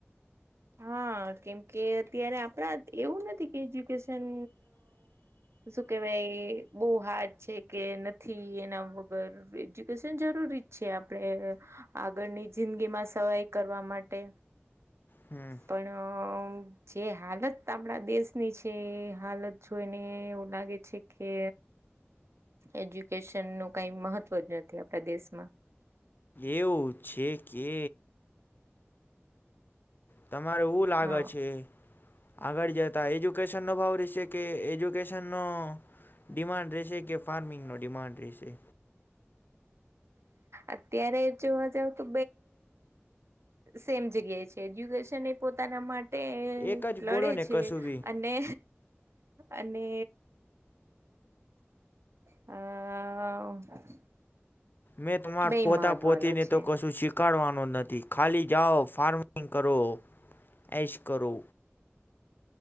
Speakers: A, on the right (about 70°); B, on the left (about 45°).
A: હા કેમ કે અત્યારે આપણા એવું નથી કે એજ્યુકેશન શું કેવાય એ બહુ હાર્જ છે કે નથી એના વગર એજ્યુકેશન જરૂરી છે આપણે આગળની જિંદગીમાં સવાઈ કરવા માટે
B: હમ
A: પણ જે હાલત આપણા દેશની છે એ હાલત જોઈને એવું લાગે છે કે એજ્યુકેશન નું કઈ મહત્વ જ નથી આપણા દેશમાં
B: એવું છે કે તમારે એવ લાગે
A: હા
B: છે આગળ જતા એજ્યુકેશન નો ભાવ રશે કે એજ્યુકેશનનો ડિમાન્ડ રહેશે કે ફાર્મિંગનો ડિમાન્ડ રહેશે
A: અત્યારે જોવા જાવ તો સેમ જગ્યાએ છે એજ્યુકેશન એ પોતાના માટે
B: એક
A: તે
B: જ બોલો
A: લડે
B: ને
A: છે
B: કશું બી
A: અને અને <inaudible>
B: મેં તમારા
A: બે
B: પોતા
A: મહત્વનો
B: પોતીને
A: છે
B: તો કશું શીખ ઉકાડવાનો નથી ખાલી જાઓ ફાર્મિંગ કરો એ જ કરો